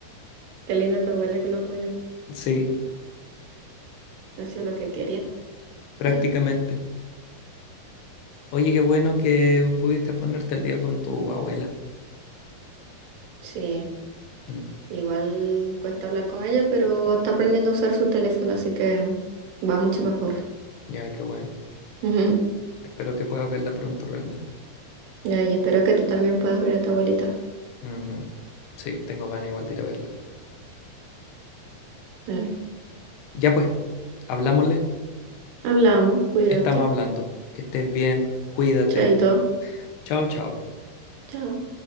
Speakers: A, on the right; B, on the left.
A: Qué lindo tu abuela que lo apoyó.
B: Sí,
A: Hacía lo que quería.
B: prácticamente.
A: <laughs>
B: Oye, qué bueno que pudiste ponerte al día con tu abuela.
A: Sí,
B: Mm,
A: igual cuesta hablar con ella, pero está aprendiendo a usar su teléfono, así que va mucho mejor.
B: ya, qué bueno.
A: <laughs>
B: Espero que puedas verla pronto realmente.
A: Ya, y espero que tú también puedas ver a tu abuelita.
B: Ujú. Sí, tengo ganas igual de ir a verla.
A: Dale.
B: Ya pues, hablámosle.
A: Hablamos, cuídate.
B: estamos hablando. Que estés bien, cuídate.
A: Chaito.
B: Chao, chao.
A: Chao.